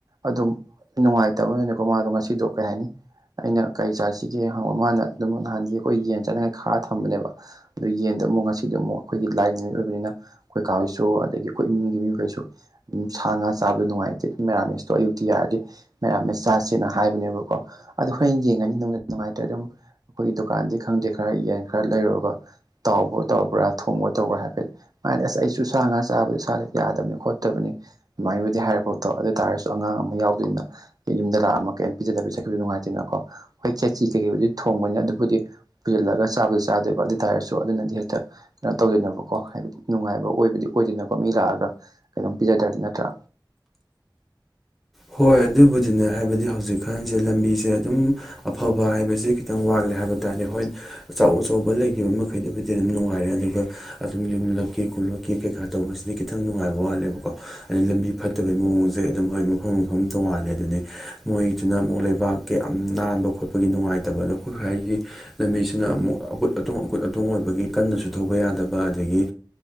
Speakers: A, on the right; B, in the centre.
A: ꯑꯗꯨꯝ ꯅꯨꯡꯉꯥꯏꯇꯕꯅꯤꯅꯤꯀꯣ ꯃꯥꯗꯣ ꯉꯁꯤꯗꯣ ꯀꯩ ꯍꯥꯏꯅꯤ ꯑꯩꯅ ꯀꯔꯤ ꯆꯥꯁꯤꯒꯦ ꯍꯪꯕ ꯃꯥꯅ ꯑꯗꯨꯝ ꯅꯍꯥꯟꯗꯤ ꯑꯩꯈꯣꯏ ꯌꯦꯟ ꯆꯥꯅꯤꯉꯥꯏ ꯈꯥꯛꯑ ꯊꯝꯕꯅꯦꯕ ꯑꯗꯨ ꯌꯦꯟꯗ ꯑꯃꯨꯛ ꯉꯁꯤ ꯁꯤꯗ ꯑꯃꯨꯛ ꯑꯩꯈꯣꯏꯒꯤ ꯂꯥꯏ ꯅꯨꯃꯤꯠ ꯑꯣꯏꯕꯅꯤꯅ ꯑꯩꯈꯣꯏ ꯀꯥ ꯍꯣꯏꯁꯨ ꯑꯗꯒꯤ ꯑꯩꯈꯣꯏ ꯏꯃꯨꯡꯒꯤ ꯃꯤꯈꯩꯁꯨ ꯎꯝ ꯁꯥ ꯉꯥ ꯆꯥꯕꯗꯣ ꯅꯨꯡꯉꯥꯏꯇꯦ ꯑꯗꯨꯝ ꯃꯦꯔꯥꯃꯦꯁꯇꯣ ꯑꯌꯨꯛꯇꯤ ꯌꯥꯔꯗꯤ ꯃꯦꯔꯥꯝꯦꯁ ꯆꯥꯁꯦꯅ ꯍꯥꯏꯕꯅꯦꯕꯀꯣ ꯑꯗꯨ ꯍꯣꯔꯦꯟ ꯌꯦꯡꯉꯅꯤ ꯅꯨꯡꯉꯥꯏꯇ꯭ꯔꯗꯤ ꯑꯗꯨꯝ ꯑꯩꯈꯣꯏꯒꯤ ꯗꯨꯀꯥꯟꯗꯩ ꯈꯪꯗꯦ ꯈꯔ ꯌꯦꯟ ꯈꯔ ꯂꯩꯔꯨꯔꯒ ꯇꯥꯎꯕ ꯇꯧꯕ꯭ꯔꯥ ꯊꯣꯡꯕ ꯇꯧꯕ꯭ꯔꯥ ꯍꯥꯏꯐꯦꯠ ꯃꯥꯗꯤ ꯑꯁ ꯑꯩꯁꯨ ꯁꯥ ꯉꯥ ꯆꯥꯕꯗ ꯏꯁꯥꯗ ꯌꯥꯗꯕꯅꯤ ꯈꯣꯠꯇꯕꯅꯤ ꯑꯗꯨꯃꯥꯏꯕꯨꯗꯤ ꯍꯥꯏꯔꯛꯄꯗꯣ ꯑꯗꯨ ꯑꯣꯏꯇꯥꯥꯔꯁꯨ ꯑꯉꯥꯡ ꯑꯃ ꯌꯥꯎꯗꯣꯏꯅꯤꯅ ꯌꯨꯝꯗ ꯂꯥꯛꯑꯃ ꯀꯩꯝ ꯄꯤꯖꯗꯕ ꯆꯠꯈꯤꯕꯁꯨ ꯅꯨꯡꯉꯥꯏꯇꯦꯅꯀꯣ ꯑꯩꯈꯣꯏ ꯈꯦꯆꯤ ꯀꯩꯀꯩꯕꯨꯗꯨꯗꯤ ꯊꯣꯡꯕꯅꯤꯅ ꯑꯗꯨꯕꯨꯗꯤ ꯄꯨꯁꯤꯜꯂꯒ ꯆꯥꯕꯗꯤ ꯆꯥꯗꯣꯏꯕ ꯑꯗꯨ ꯇꯔꯁꯨ ꯑꯗꯨꯅꯗꯤ ꯍꯦꯛꯇ ꯀꯩꯅꯣ ꯇꯧꯗꯦꯅꯕꯀꯣ ꯍꯥꯏꯕꯗꯤ ꯅꯨꯡꯉꯥꯏꯕ ꯑꯣꯏꯕꯗꯤ ꯑꯣꯏꯗꯦꯅꯀꯣ ꯃꯤ ꯂꯥꯛꯑꯒ ꯀꯩꯅꯣꯝ ꯄꯤꯖꯗ꯭ꯔꯗꯤ ꯅꯠꯇ꯭ꯔꯥ
B: ꯍꯣꯏ ꯑꯗꯨꯕꯨꯗꯤꯅꯦ ꯍꯥꯏꯕꯗꯤ ꯍꯧꯖꯤꯛꯀꯥꯟꯁꯦ ꯂꯝꯕꯤꯁꯦ ꯑꯗꯨꯝ ꯑꯐꯕ ꯍꯥꯏꯕꯁꯤ ꯈꯤꯇꯪ ꯋꯥꯠꯂꯦ ꯍꯥꯏꯕ ꯇꯥꯔꯦ ꯍꯣꯏ ꯑꯆꯧ ꯑꯆꯧꯕ ꯂꯩꯈꯤꯕ ꯃꯈꯩꯗꯨꯕꯨꯗꯤ ꯑꯗꯨꯝ ꯅꯨꯡꯉꯥꯏꯔꯦ ꯑꯗꯨꯒ ꯑꯗꯨꯝ ꯌꯨꯝꯂꯛꯀꯤ ꯈꯣꯠꯂꯛꯀꯤ ꯀꯩꯀꯥ ꯇꯧꯕꯁꯤꯗꯤ ꯈꯤꯇꯪ ꯅꯨꯡꯉꯥꯏꯕ ꯋꯥꯠꯂꯦꯕꯀꯣ ꯑꯗꯩ ꯂꯝꯕꯤ ꯐꯠꯇꯕꯩ ꯃꯑꯣꯡꯁꯦ ꯑꯗꯨꯝ ꯍꯣꯏ ꯃꯐꯝ ꯃꯐꯝ ꯇꯣꯉꯥꯜꯂꯦ ꯑꯗꯨꯅꯤ ꯃꯣꯏꯒꯤꯗꯨꯅ ꯑꯃꯨꯛ ꯂꯩꯕꯥꯛꯀꯤ ꯌꯥꯝ ꯅꯥꯟꯕ ꯈꯣꯠꯄꯒꯤ ꯅꯨꯡꯉꯥꯏꯇꯕꯗꯣ ꯑꯩꯈꯣꯏꯈ ꯍꯥꯏꯒꯤ ꯂꯝꯕꯤꯁꯤꯅ ꯑꯃꯨꯛ ꯑꯀꯨꯠ ꯑꯇꯣꯡ ꯑꯀꯨꯠ ꯑꯇꯣꯡ ꯑꯣꯏꯕꯒꯤ ꯀꯟꯅꯁꯨ ꯊꯧꯕ ꯌꯥꯗꯕ ꯑꯗꯒꯤ